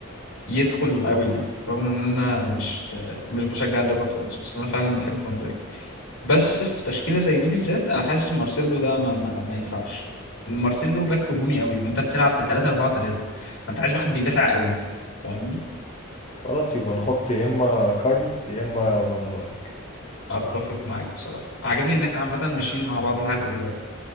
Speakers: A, on the left; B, on the left.
A: يدخل قوي يعني رغم ان انا مش مش بشجع الليفر خالص بس انا فعلا بحب فان دايك بس في تشكيلة زي دي بالذات انا حاسس مارسيلو ده ما, ما, ما ينفعش مارسيلو باك هجومي قوي وانت بتلعب ب 3 4 3 فانت عايز واحد بيدافع قوي فاهمني
B: خلاص يبقى نحط يا اما كارلوس يا اما فان دايك
A: اتفق معاك بصراحة عاجبني ان احنا عامة ماشيين مع بعض لحد دلوقتي